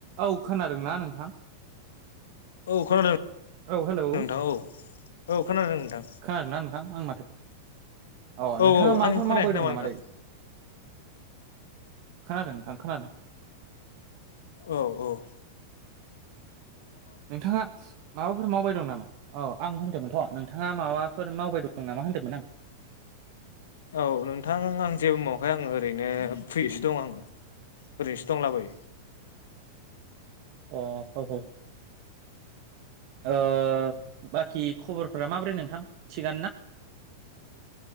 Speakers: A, on the right; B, on the left.
A: औव खोनादोंना नोंथां।
B: औव खोनादों
A: औ हेलौ
B: नोंथां औव औव खोनादों नोंथां।
A: खोनादोंना नोंथां आं माथोखौ अ
B: औ
A: नोंथाङा
B: औ
A: माबाफोर
B: आंनिखौ खोनायाखै
A: मावबाय दं
B: नामा
A: नामादै
B: नोंथां
A: खोनादों नोंथां खोनादों।
B: औव औव
A: नोंथाङा माबाफोर मावबाय दं नामा औ आं होनदोंमोनथ' नोंथाङा माबा फोर मावबाय दं नामा होन्दोंमोन आं।
B: औव नोंथां आं जेबो मावाखाय आङो ओरैनो फैयोसो दं आङो। ओरैनोसो दंला बायो।
A: <unintelligible> अ <unintelligible> ओ बाखि खबरफोरा माबोरै नोंथां थिगानो ना।